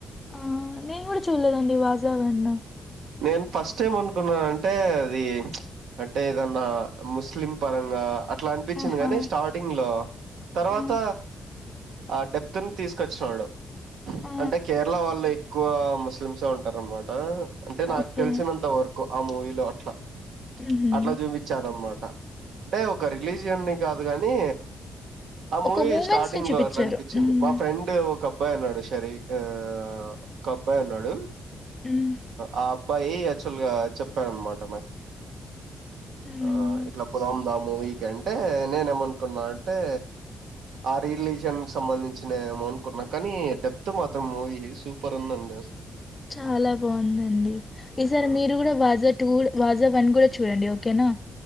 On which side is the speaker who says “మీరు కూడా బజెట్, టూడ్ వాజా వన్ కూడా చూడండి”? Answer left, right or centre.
Left